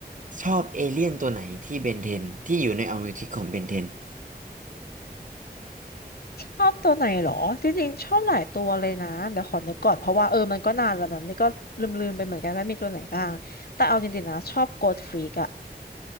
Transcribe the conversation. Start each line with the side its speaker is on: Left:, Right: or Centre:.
Right: ชอบเอเลี่ยนตัวไหนที่เบนเทนที่อยู่ในอเมริกาของเบนเทน
Left: ชอบตัวไหนเหรอจริงๆชอบหลายตัวเลยนะเดี๋ยวขอนึกก่อน เพราะว่าเออมันก็นานแล้วนะนี่ก็ลืมๆไปเหมือนกันว่ามีตัวไหนบ้าง แต่เอาจริงๆนะชอบโกดฟรีกอะ